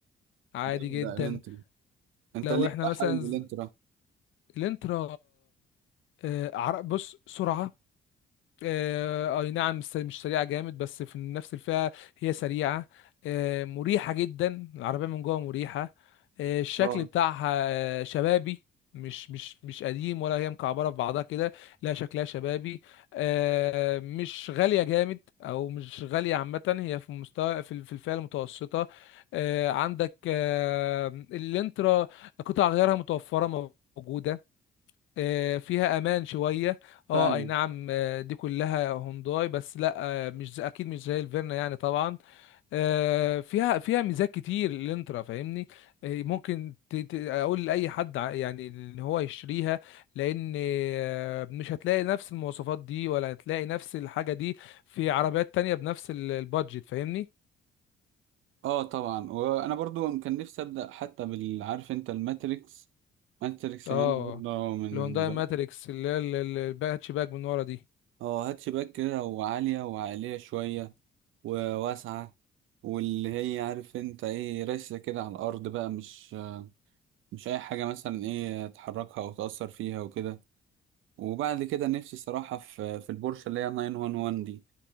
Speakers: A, on the left; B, on the right.
A: عادي
B: جامدة
A: جدا
B: الانترا انت
A: لو
B: ليه
A: احنا
B: بقى
A: مثلا
B: حابب
A: ز-
B: الانترا
A: الانترا آه، عر- بص سرعه آه، اي نعم مش مش سريعه جامد بس في نفس الفئه هي سريعه آه، مريحه جدا العربيه من جوه مريحه آه، الشكل
B: اه
A: بتاعها آه، شبابي مش مش مش قديم ولا هي مكعبره في بعضها كده لا شكلها شبابي آه، مش غاليه جامد او مش غاليه عامه هي في مستوى في ال- في الفئه المتوسطه آه، عندك آه، الانترا قطع غيارها متوفره موجوده آه، فيها امان شويه اه
B: فاهم
A: اي نعم آه، دي كلها هونداي بس لا آه، مش زي- اكيد مش زي الفيرنا يعني طبعا آه، فيها فيها ميزات كتير الانترا فاهمني آه، ممكن ت- ت- اقول لاي حد ع- يعني ان هو يشتريها لان آه، مش هتلاقي نفس المواصفات دي ولا هتلاقي نفس الحاجه دي في عربيات تانية بنفس ال- البادجت فاهمني
B: اه طبعا وانا برضو كان نفسي ابدأ حتى بالعارف انت الماتريكس ماتريكس
A: اه
B: يعني برضه من
A: الهونداي ماتريكس اللي هي ال- ال- الهاتش باك من ورا دي
B: اه هاتشباك كده وعالية وعالية شوية وواسعة واللي هي عارف انت ايه راسة كده على الأرض بقى مش مش أي حاجة مثلا ايه تحركها أو تأثر فيها وكده وبعد كده نفسي صراحة في في البورشة اللي هي 911 دي